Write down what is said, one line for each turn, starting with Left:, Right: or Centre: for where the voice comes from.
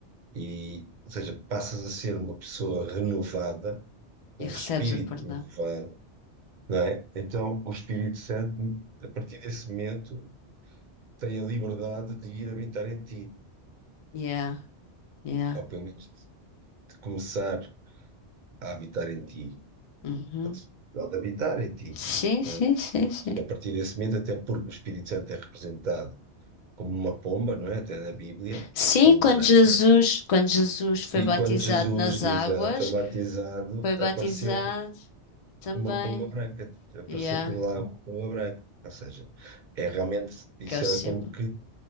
Right: e, ou seja, passas a ser uma pessoa renovada, com
Left: E
Right: um espírito
Left: recebes o perdão.
Right: renovado, não é? Então, o Espírito Santo, a partir desse momento, tem a liberdade de ir habitar em ti,
Left: Yeah, yeah.
Right: ou pelo menos de começar a habitar em ti,
Left: Uhum.
Right: ou de ou de habitar em ti.
Left: Sim, sim,
Right: não é?
Left: sim, sim.
Right: Porque a partir desse momento, até porque o Espírito Santo é representado como uma pomba, não é? Até na Bíblia,
Left: Sim,
Right: pomba
Left: quando
Right: branca.
Left: Jesus, quando Jesus foi
Right: E
Left: batizado
Right: quando Jesus,
Left: nas
Right: exato,
Left: águas,
Right: foi batizado,
Left: foi batizado
Right: apareceu
Left: também.
Right: uma pomba branca, apareceu
Left: Yeah,
Right: por lá uma pomba branca. Ou seja, é realmente, isso
Left: que é o símbolo.
Right: é como que